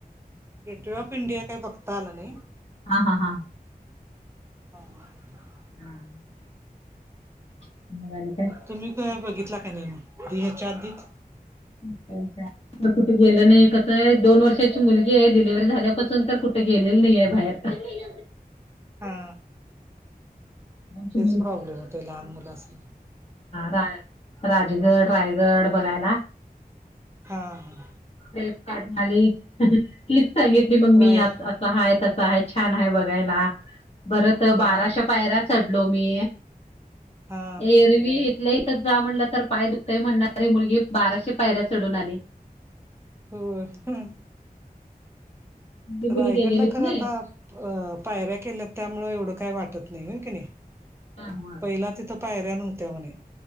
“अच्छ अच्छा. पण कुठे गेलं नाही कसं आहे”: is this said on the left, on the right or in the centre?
Left